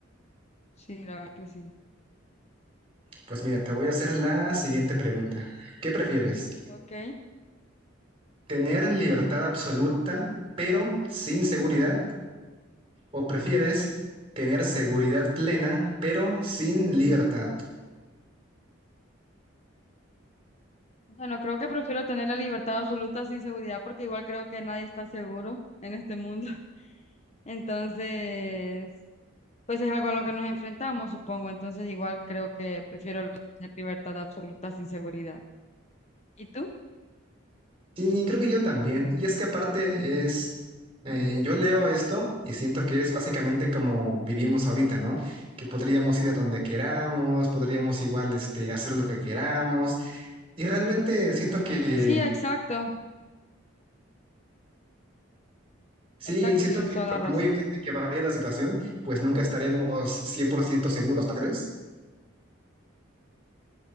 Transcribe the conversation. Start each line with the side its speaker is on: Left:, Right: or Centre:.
Left: Sí, la verdad que sí.
Right: Pues mira, te voy a hacer la siguiente pregunta. ¿Qué prefieres?
Left: Ok.
Right: ¿Tener libertad absoluta, pero sin seguridad? ¿O prefieres tener seguridad plena, pero sin libertad?
Left: Bueno, creo que prefiero tener la libertad absoluta sin seguridad porque igual creo que nadie está seguro en este mundo. <laughs> Entonces, pues es algo a lo que nos enfrentamos, supongo. Entonces, igual creo que prefiero tener libertad absoluta sin seguridad. ¿Y tú?
Right: Sí, creo que yo también. Y es que aparte es, eh, yo leo esto y siento que es básicamente como vivimos ahorita, ¿no? Que podríamos ir a donde queramos, podríamos igual, este, hacer lo que queramos. Y realmente siento que,
Left: Sí, exacto.
Right: sí,
Left: Exacto,
Right: siento
Left: tienes
Right: que
Left: toda la
Right: por
Left: razón.
Right: muy bien de que vaya la situación, pues nunca estaremos 100% seguros, ¿no crees?